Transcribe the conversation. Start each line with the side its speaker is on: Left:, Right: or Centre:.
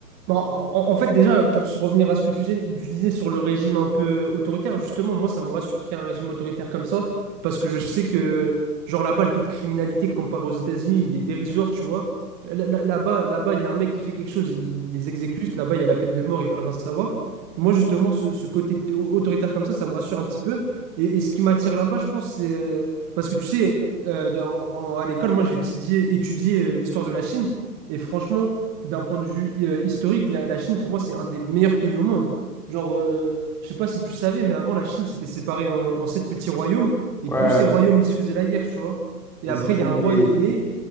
Right: Bon, en, en fait, déjà, pour se revenir à ce que tu disais, tu disais sur le régime un peu autoritaire, justement, moi, ça me rassure qu'il y ait un régime autoritaire comme ça, parce que je sais que, genre, là-bas, le taux de criminalité comparé aux États-Unis, il est dérisoire, tu vois. Là- là- Là-bas, là-bas, il y a un mec qui fait quelque chose, il, il les exécute. Là-bas, il y a la peine de mort, ils veulent rien savoir. Moi, justement, ce, ce côté t- autoritaire comme ça, ça me rassure un petit peu. Et, et ce qui m'attire là-bas, je pense, c'est... euh, Parce que, tu sais, euh, dans- en- à l'école, moi, j'ai étudié, étudié euh, l'histoire de la Chine, et franchement d'un point de vue euh, historique, la, la Chine, pour moi, c'est un des meilleurs pays au monde. Genre, euh, je sais pas si tu savais, mais avant, la Chine s'était séparée en, en sept petits royaumes, et
Centre: Ouais.
Right: tous ces royaumes, ils se faisaient la guerre, tu vois. Et
Centre: Et
Right: après,
Centre: c'est
Right: il
Centre: même
Right: y a un roi,
Centre: les...
Right: il est né,